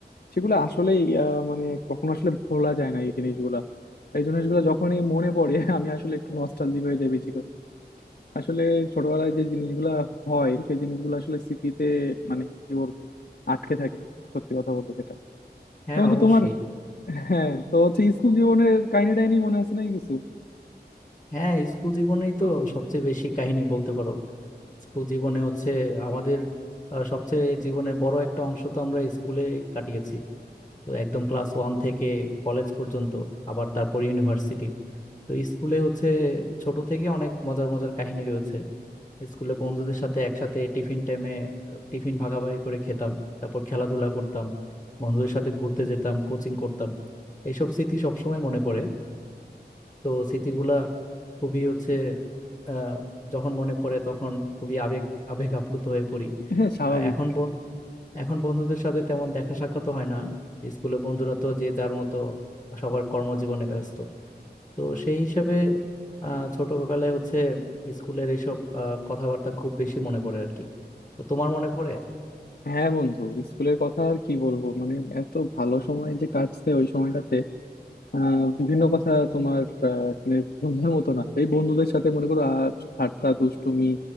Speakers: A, on the left; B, on the left.
A: সেগুলো আসলেই আহ, মানে কখনো আসলে ভোলা যায় না এই জিনিসগুলা এই জিনিসগুলো যখনই মনে পড়ে আমি আসলে একটু নস্টালজিক হয়ে যাই বেশি করে আসলে ছোটবেলায় যে জিনিসগুলা হয় সেই জিনিসগুলো আসলে স্মৃতিতে মানে কি বলবো আটকে থাকে সত্যি কথা বলতে যেটা
B: হ্যাঁ
A: তো বন্ধু
B: অবশ্যই
A: তোমার হ্যাঁ তো হচ্ছে স্কুল জীবনের কাহিনী টাইনি মনে আছে নাকি কিছু
B: হ্যাঁ স্কুল জীবনেই তো সবচেয়ে বেশি কাহিনী বলতে পারো স্কুল জীবনে হচ্ছে আমাদের আহ, সবচেয়ে জীবনের বড় একটা অংশ তো আমরা স্কুলে কাটিয়েছি তো একদম ক্লাস ওয়ান থেকে কলেজ পর্যন্ত আবার তারপর ইউনিভার্সিটি তো স্কুলে হচ্ছে ছোট থেকে অনেক মজার মজার কাহিনী রয়েছে স্কুলে বন্ধুদের সাথে একসাথে টিফিন টাইমে টিফিন ভাগাভাগি করে খেতাম তারপর খেলাধুলা করতাম বন্ধুদের সাথে ঘুরতে যেতাম কোচিং করতাম এইসব স্মৃতি সবসময় মনে পড়ে তো স্মৃতিগুলা খুবই হচ্ছে আহ, যখন মনে পড়ে তখন খুবই আবেগ আবেগ আপ্লুত হয়ে পড়ি
A: হ্যাঁ স্বাভাবিক
B: আর এখন ব- এখন বন্ধুদের সাথে তেমন দেখা সাক্ষাৎ হয় না স্কুলে বন্ধুরা তো যে যার মতো সবার কর্মজীবনে ব্যস্ত তো সেই হিসাবে আহ, ছোটবেলায় হচ্ছে স্কুলের এইসব আহ, কথাবার্তা খুব বেশি মনে পড়ে আর কি তো তোমার মনে পড়ে
A: হ্যাঁ বন্ধু স্কুলের কথা আর কি বলবো মানে এত ভালো সময় যে কাটছে ওই সময়টাতে আহ, বিভিন্ন কথা তোমার আহ, মানে বন্ধুদের মতো না এই বন্ধুদের সাথে মনে করো আর ঠাট্টা দুষ্টুমি